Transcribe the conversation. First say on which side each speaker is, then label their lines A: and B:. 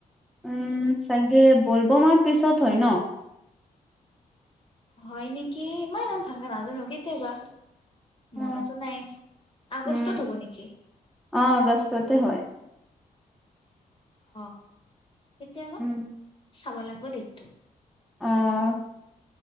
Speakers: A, in the centre; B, on the left (about 35°).
A: উম, চাগে বলব'মৰ পিছত হয় ন?
B: হয় নেকি, মই ইমান ভালকে নাজানো, কেতিয়াবা।
A: অ
B: মনতো নাই, আগষ্টত
A: উম
B: হ'ব নেকি?
A: অ', আগষ্টতে হয়।
B: অ', কেতিয়াবা,
A: উম
B: চাব লাগিব ডেটটো।
A: অ',